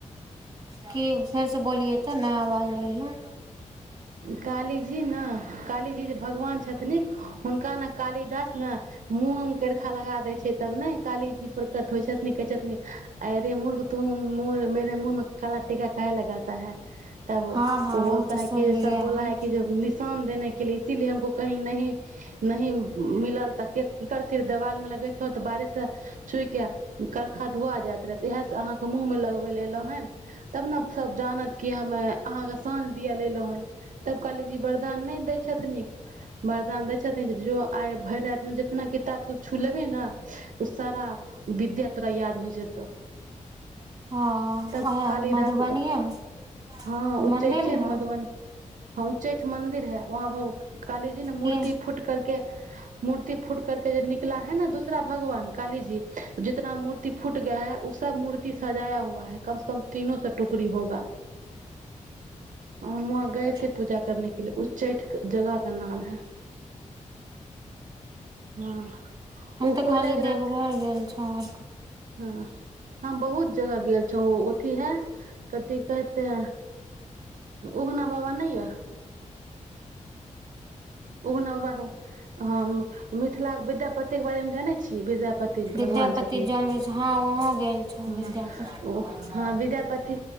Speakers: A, on the right; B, on the right.
A: की फेर से बोलिये तऽ न आवाज आयले
B: काली जी ने काली जी जे भगवान छथिन हुनका ने कालिदास ने मुँह हुनकर खराब लगा देै छै तब ने काली जी प्रकट होइ छथिन कहै छथिन अ अरे मुूर्ख तू म मेे मुँह मे काला टीका के लगता है तब ओ
A: हँ हँ
B: बोलता
A: तऽ
B: है
A: सुनलियै
B: कि जे सब बोला
A: हन
B: है कि निशान देने के लि इसीलिए हमको कही न नह मिलल तऽ की करथि देवाल मे त बारिश से छुइ के करखा धुआ जात रहे इहे से अहाँ के मुंह में लगबे ल एलौ हेन तब ने सब जानत की हमे अहाँ के साँझ दिय ला एलहूँ तब कहली जी वरदान नहि दै छथिन वरदान दै छथिन जो आइ भरि रातिमे जेितना किताब तू छुलेबे ओ सारा विद्या तोरा याद हो जेतौ
A: हँ
B: तब
A: ओह
B: कालिदास
A: मधुबनीए मे
B: हँ
A: तऽ मंदिर
B: उच्चैठे
A: है
B: मधुबनी हँ उच्चैठ मंन्दिर हइ वहाँ ब <unintelligible>
A: की
B: गएथे
A: ह
B: पूजा करने के लिए उच्चैठ जगह का नाम है हँ
A: हम
B: ओ
A: तऽ
B: कॉलेज
A: खाली
B: रात
A: देवघर गेल छौर
B: हँ हम बहुत जगह गेल छौ ओथी हे कथि कहेते उगना बाबा नहि याए उगना बाबाे ह मिथिलाके विद्यापती बारेमे जानै छियै विद्यापति
A: विद्यापति
B: भगवान छथिन
A: जानबै छै हँ वहों गेल छौ
B: हँ
A: विद्यापति
B: ओ ह विद्यापति